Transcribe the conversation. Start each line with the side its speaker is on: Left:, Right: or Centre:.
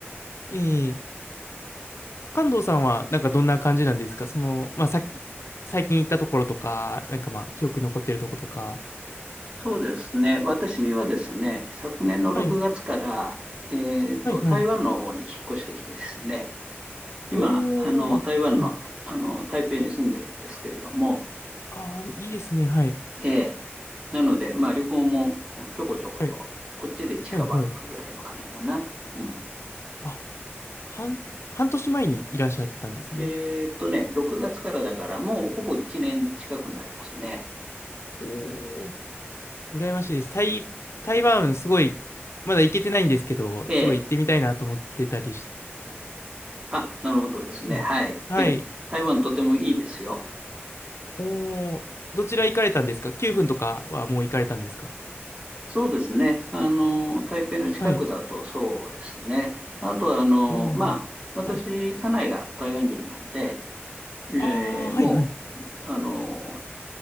Left: ええ関東さんはなんかどんな感じなんですかその、まあ、さ、最近行ったところとか、なんかまあ記憶に残ってるとことか。
Right: そうですね。私はですね、昨年の6月から、
Left: はい、
Right: えっと、
Left: はい、はい。
Right: 台湾の方に引っ越してきてですね、今、
Left: おー、
Right: あの、
Left: あ、
Right: 台湾の、
Left: はい。
Right: あの、台北に住んでるんですけれども、
Left: あー、いいですね。はい、
Right: ええ、なので、まあ、旅行もちょこちょこと、
Left: はい、
Right: こっちで近場行くぐらいの感じかな。
Left: はい、はい。
Right: うん。
Left: あ、半、半年前にいらっしゃったんですね。
Right: えっとね、6月からだから、もうほぼ1年近くになりますね。
Left: おー、羨ましいです。台、台湾すごい、まだ行けてないんですけど、
Right: ええ
Left: すごい行ってみたいなと思ってたりして。
Right: あ、なるほどですね。
Left: いいですねはい。
Right: はい。ええ、台湾とてもいいですよ。
Left: おー、どちら行かれたんですか ?9 分とかはもう行かれたんですか
Right: そうですね。あの、台北の近くだとそうですね。
Left: はい。
Right: あとは、あの、
Left: おー。
Right: まあ、私、
Left: はい
Right: 家内が台湾人なんで、えーもう、
Left: ああ、はいはい。
Right: あの、